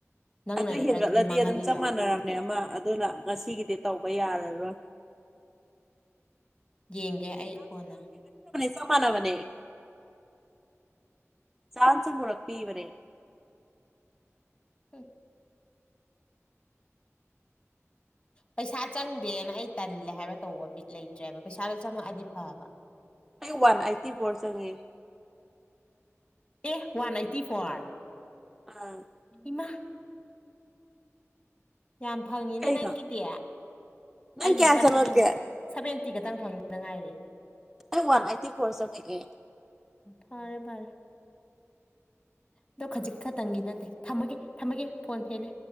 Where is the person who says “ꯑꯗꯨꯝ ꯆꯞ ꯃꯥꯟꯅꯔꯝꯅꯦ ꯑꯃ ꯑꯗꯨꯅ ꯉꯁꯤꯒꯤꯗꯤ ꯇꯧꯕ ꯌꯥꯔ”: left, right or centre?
Centre